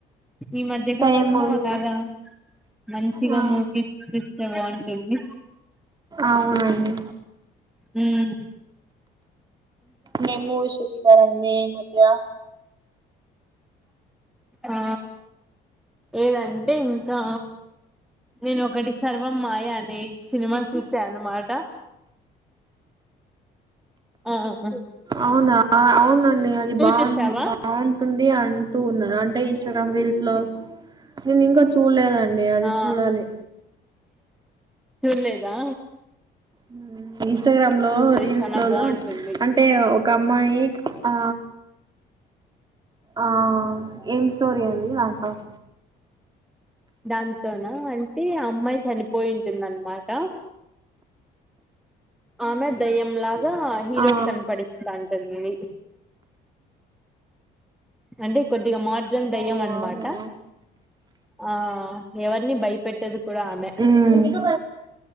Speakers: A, in the centre; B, on the right.
A: ఈ మధ్య
B: ఇంకా
A: కాలంలో
B: ఏం మూవీస్
A: అలాగా మంచిగా
B: ఆ
A: మూవీ తీస్తే బావుంటుంది.
B: అవునండి
A: హుహ్
B: నెమోషిక నేమీయా
A: ఆ ఏదంటే ఇంకా నేను ఒకటి సర్వం మాయ అనే సినిమా చూసా అన్నమాట ఆ ఆ
B: అవునా ఆ అవునండి అది బా
A: చూసావా
B: బావుంటుంది. అంటూ ఉన్నార్. అంటే ఇంస్టాగ్రామ్ రీల్సలో నేను ఇంకా చూడలేదండి, అది
A: ఆ
B: చూడాలి.
A: చులేదా
B: హుహు ఇంస్టాగ్రామ్లాలో రీల్సలో
A: చానా బాగుంటుంది
B: అంటే ఒక అమ్మాయి ఆ ఆ ఏం స్టోరీ అండి. నాకావ్
A: దాంతోన అంటే అమ్మాయి చనిపోయి ఉంటుందన్మాట. ఆమె దయ్యంలగ్ కా హీరోక్
B: ఆ
A: కనపడిస్తంటుంది అంటే కొద్దిగా మాట్ కన్
B: ఓ
A: దయ్యం అన్నమాట.
B: అవునా
A: ఆ ఎవరిని భయపెట్టదు. కూడా ఆమె
B: ఉమ్